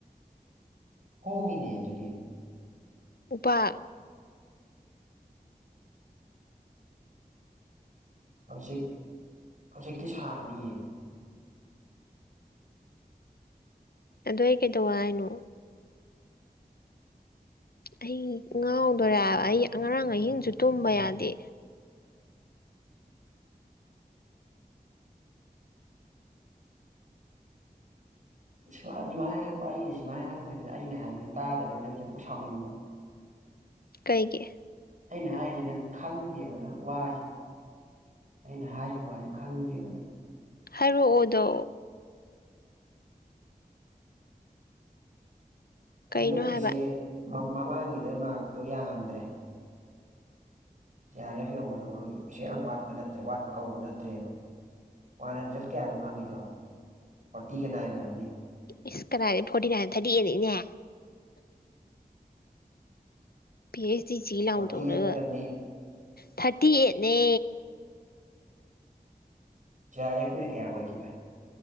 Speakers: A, on the right (about 55°); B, on the left (about 75°).
A: ꯍꯣꯡꯉꯤꯅꯦ ꯑꯗꯨꯗꯤ
B: ꯎꯄꯥꯛ
A: ꯍꯧꯖꯤꯛ ꯍꯧꯖꯤꯛꯇꯤ ꯁꯥꯅꯤꯌꯦ
B: ꯑꯗꯨ ꯑꯩ ꯀꯩꯗꯧ ꯍꯥꯏꯅꯣ ꯑꯩ ꯉꯥꯎꯗꯧꯔꯦꯕ ꯑꯩ ꯉꯔꯥꯡ ꯑꯍꯤꯡꯁꯨ ꯇꯨꯝꯕ ꯌꯥꯗꯦ
A: ꯁꯨꯃꯥꯏꯅ ꯍꯥꯏꯔꯛꯄ ꯑꯩꯅ ꯁꯨꯃꯥꯏꯅ ꯍꯥꯏꯔꯛꯄꯁꯤꯗ ꯑꯩꯅ ꯍꯥꯏꯕꯁꯤ ꯇꯥꯗꯕꯅꯤꯅ ꯅꯪꯁꯦ ꯑꯃꯨꯛ ꯁꯥꯎꯅꯤꯡꯕ
B: ꯀꯩꯒꯤ
A: ꯑꯩꯅ ꯍꯥꯏꯔꯤꯁꯦ ꯅꯪ ꯈꯪꯗꯦꯕ ꯅꯪ ꯋꯥꯁꯦ ꯑꯩꯅ ꯍꯥꯏꯔꯤꯕ ꯋꯥꯁꯦ ꯈꯪꯗꯦꯕ ꯅꯪ
B: ꯍꯥꯏꯔꯛꯑꯣ ꯑꯗꯣ ꯀꯩꯅꯣ
A: ꯍꯟꯗꯛꯀꯤꯁꯦ
B: ꯍꯥꯏꯕ
A: ꯃꯃꯥꯡꯒꯤꯗ ꯃꯥꯛꯇꯣ ꯌꯥꯝꯗ꯭ꯔꯦ ꯖꯦ ꯑꯥꯔ ꯑꯦꯐ ꯌꯧꯒꯗꯧꯕ ꯀꯩꯁꯨ ꯌꯥꯝ ꯋꯥꯠꯄ ꯅꯠꯇ꯭ꯔꯦ ꯋꯥꯠꯄ ꯀꯧꯕ ꯅꯠꯇ꯭ꯔꯦꯕ ꯋꯥꯟ ꯍꯟꯗ꯭ꯔꯦꯗ ꯀꯌꯥꯅꯣ ꯐꯪꯉꯤꯗꯣ ꯐꯣꯔꯇꯤꯒ ꯅꯥꯏꯟ ꯑꯣꯏꯔꯝꯅꯤ
B: ꯏꯁ ꯀꯗꯥꯏꯗ ꯐꯣꯔꯇꯤ ꯅꯥꯏꯟꯗ ꯊꯥꯔꯇꯤ ꯑꯦꯠꯅꯤꯅꯦ ꯄꯤ ꯑꯩꯩꯆ ꯗꯤ ꯆꯤ ꯂꯥꯎꯅ
A: ꯐꯣꯔꯇꯤ
B: ꯇꯧꯔꯒ
A: ꯑꯩꯠ ꯑꯣꯏꯔꯝꯅꯤ
B: ꯊꯥꯔꯇꯤ ꯑꯦꯠꯅꯦ
A: ꯖꯦ ꯑꯥꯔ ꯑꯦꯐ ꯀꯤꯅ ꯀꯌꯥ ꯑꯣꯏꯈꯤꯕ